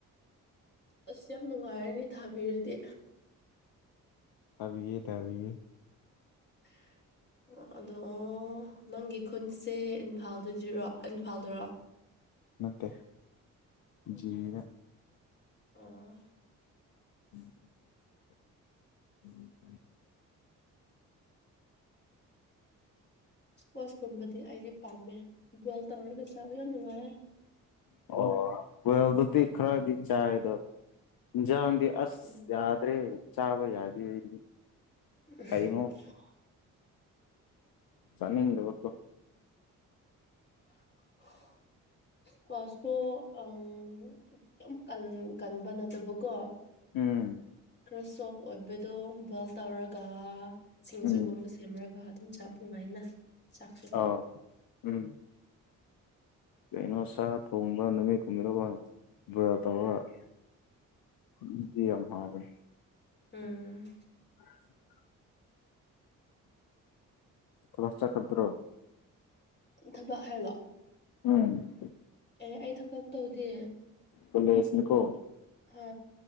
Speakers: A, on the left; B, on the left.
A: ꯑꯁ ꯌꯥꯝ ꯅꯨꯡꯉꯥꯏꯔꯅꯤ ꯊꯥꯕꯤꯔꯗꯤ
B: ꯊꯕꯤꯒꯦ ꯊꯕꯤꯒꯦ
A: <unintelligible> ꯑꯗꯣ ꯅꯪꯒꯤ ꯈꯨꯟꯁꯦ ꯏꯝꯐꯥꯜꯗꯗꯤꯔꯣ ꯏꯝꯐꯥꯜꯗꯔꯣ <unintelligible>
B: ꯅꯠꯇꯦ
A: ꯑꯣ
B: ꯖꯤꯔꯤꯗꯥ
A: ꯑꯣ
B: <unintelligible> <inaudible>
A: ꯏꯁꯄꯣꯁꯀꯨꯝꯕꯗꯤ ꯑꯩꯗꯤ ꯄꯥꯝꯃꯦ ꯕꯣꯏꯜ ꯇꯧꯔꯒ ꯆꯥꯕ ꯌꯥꯝ ꯅꯨꯡꯉꯥꯏ
B: ꯑꯣ ꯕꯣꯏꯜꯗꯨ ꯇꯤ ꯈ꯭ꯔꯗꯤ ꯆꯥꯏ ꯑꯗꯣ ꯏꯟꯖꯥꯡꯗꯤ ꯑꯁ
A: ꯎꯝ
B: ꯌꯥꯗ꯭ꯔꯦ ꯆꯥꯕ ꯌꯥꯗꯦ ꯑꯩꯗꯤ
A: <unintelligible>
B: ꯀꯩꯅꯣ ꯆꯥꯅꯤꯡꯗꯕꯥꯀꯣ
A: <unintelligible> ꯀꯨꯋꯥꯁꯇꯣ ꯑꯪ ꯌꯥꯝ ꯀꯟ ꯀꯟꯕ ꯅꯠꯇꯕꯀꯣ
B: ꯎꯝ
A: ꯈꯔꯥ ꯁꯣꯐ ꯑꯣꯏꯕꯗꯣ ꯕꯣꯏꯜ ꯇꯧꯔꯒ ꯁꯤꯡꯖꯨꯒꯨꯝꯕ
B: ꯎꯝ
A: ꯁꯦꯝꯔꯥꯒ ꯑꯗꯨꯝ ꯆꯥꯕ ꯅꯨꯡꯉꯥꯏꯅ ꯆꯥꯛꯁꯨ
B: ꯑꯥ ꯎꯝ ꯀꯩꯅꯣ ꯁꯥ ꯊꯣꯡꯕ ꯅꯨꯃꯤꯠ ꯑꯗꯨꯗꯀꯣ ꯕꯣꯏꯜ ꯇꯧꯔꯒꯥ ꯑꯥꯗꯨꯗꯤ ꯌꯥꯝ ꯍꯥꯎꯕꯅꯤ
A: ꯎꯝ
B: <unintelligible> ꯀꯂꯥꯁ ꯆꯠꯀꯗ꯭ꯔꯣ
A: ꯊꯕꯛ ꯍꯥꯏꯂꯣ
B: ꯎꯝ
A: ꯑꯦ ꯑꯩ ꯊꯕꯛ ꯇꯧꯗꯦ
B: ꯀꯣꯂꯦꯁꯅꯤ ꯀꯣ
A: ꯍꯥ